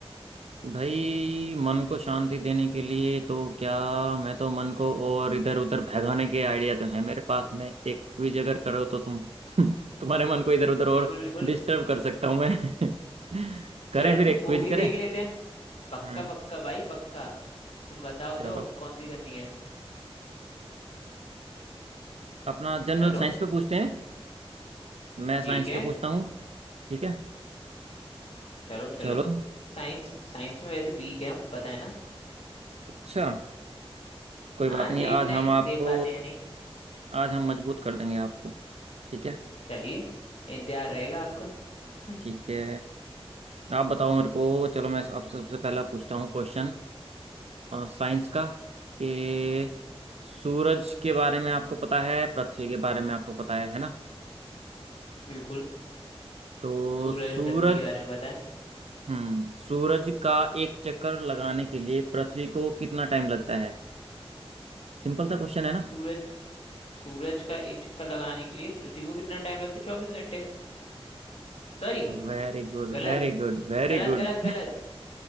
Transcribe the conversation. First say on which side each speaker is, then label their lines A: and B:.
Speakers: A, on the right; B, on the left.
A: भाई मन को शांति देने के लिए तो क्या मैं तो मन को और इधर उधर भगाने के आइडिया तो है मेरे पास मैं एक भी जगह करो तो तुम <laughs> तुम्हारे मन को इधर उधर और
B: बिल्कुल बिल्कुल
A: डिस्टर्ब कर सकता हूँ मैं <laughs> करें
B: चलो
A: फिर
B: <laughs>
A: एक
B: वो
A: क्विज
B: भी
A: करें
B: देख लेते हैं पक्का
A: हम्म
B: पक्का भाई पक्का तुम बताओ तो
A: चलो फिर
B: कौन सी करनी है
A: अपना जनरल
B: चलो
A: साइंस पे पूछते हैं मैं
B: ठीक
A: साइंस
B: है
A: के पूछता हूँ ठीक है
B: चलो चलो
A: चलो
B: साइंस साइंस में वैसे वीक है हम पता है ना
A: अच्छा कोई
B: हाँ
A: बात नहीं
B: देखते
A: आज हम
B: हैं
A: आपको
B: दे पाते हैं या नहीं
A: आज हम मजबूत कर देंगे आपको ठीक है
B: चलिए इंतजार रहेगा आपका <laughs>
A: ठीक है आप बताओ मेरे को चलो मैं आपसे सबसे पहला पूछता हूँ क्वेश्चन साइंस का कि सूरज के बारे में आपको पता है पृथ्वी के बारे में आपको पता है है ना
B: बिल्कुल
A: तो
B: सूरज
A: सूरज
B: और पृथ्वी के बारे में बताएं
A: हम्म सूरज का एक चक्कर लगाने के लिए पृथ्वी को कितना टाइम लगता है सिंपल सा क्वेश्चन है ना
B: सूरज सूरज का एक चक्कर लगाने के लिए पृथ्वी को कितना टाइम लगता है चौबीस घंटे सॉरी
A: Very good
B: गलत
A: very good very
B: गलत
A: good
B: गलत गलत